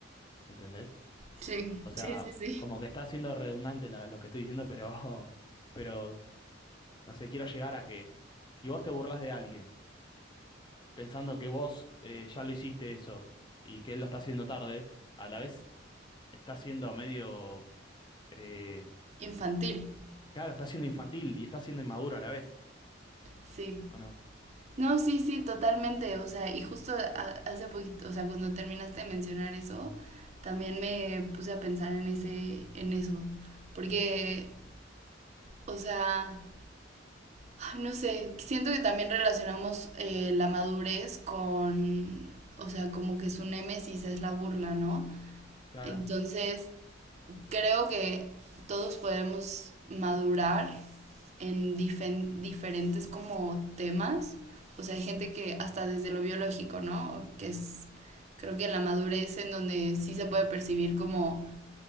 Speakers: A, on the left (about 25°); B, on the right (about 35°).
A: ¿entendés?
B: Sí,
A: O sea,
B: sí, sí, sí.
A: como que está siendo redundante la- lo que estoy diciendo, pero, <laughs> pero, no sé, quiero llegar a que si vos te burlas de alguien pensando que vos eh, ya lo hiciste eso y que él lo está haciendo tarde, a la vez estás siendo medio, eh,
B: Infantil,
A: claro, estás siendo infantil y estás siendo inmaduro a la vez.
B: sí.
A: ¿O no?
B: No, sí, sí, totalmente. O sea, y justo a- hace poquito, o sea, cuando terminaste de mencionar eso, también me puse a pensar en ese, en eso. Porque, o sea, ay, no sé, siento que también relacionamos eh, la madurez con, o sea, como que su némesis es la burla, ¿no?
A: Claro,
B: Entonces, Creo que todos podemos madurar en difen- diferentes como temas. O sea, hay gente que hasta desde lo biológico, ¿no? Que es, creo que la madurez en donde sí se puede percibir como